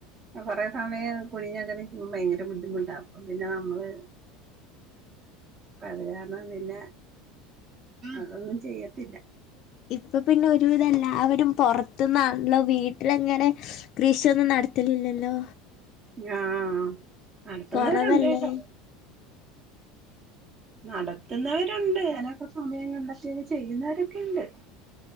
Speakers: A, on the right; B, on the left.
A: കൊറേ സമയം കുനിഞ്ഞങ്ങനെ നിക്കുമ്പഴെ ഭയങ്കര ബുദ്ധിമുട്ടാ. പിന്നെ നമ്മള് അത് കാരണം പിന്നെ, അതൊന്നും ചെയ്യത്തില്ല.
B: ഇപ്പൊ പിന്നെ ഒരുവിധം എല്ലാവരും പൊറത്ത്ന്നാണല്ലോ വീട്ടിലങ്ങനെ കൃഷിയൊന്നും നടത്തലില്ലല്ലോ
A: ആഹ് നടത്തുന്നവരുണ്ടേട്ടോ
B: കുറവല്ലേ
A: നടത്തുന്നവരുണ്ട്, അതിനൊക്കെ സമയം കണ്ടെത്തി ചെയ്യുന്നവരൊക്കെയ്ണ്ട്.